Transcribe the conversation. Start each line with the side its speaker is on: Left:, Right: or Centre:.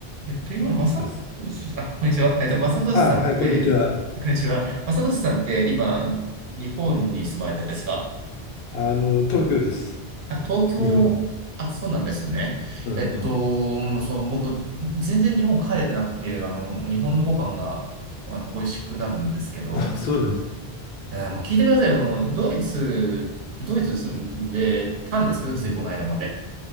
Right: えっと、今、まさとし、
Left: あ、す
Right: あ、こんにちは。えっと、まさとしさんって、
Left: あ、はい、こんにちは。
Right: あこんにちは。まさとしさんって、今、日本に住まれてるんですか
Left: あの、東京です。
Right: あ、東京、
Left: 日本の。
Right: あ、そうなんですね。
Left: うんうん。
Right: えっと、もうそう、僕、全然日本帰れてなくて、あの、もう日本のご飯が、あの、恋しくなるんですけど、
Left: あ、そうなんです。
Right: いや、もう聞いてくださいよ。もうドイツ、ドイツ住んでたんですけど、ついこの間まで。
Left: うん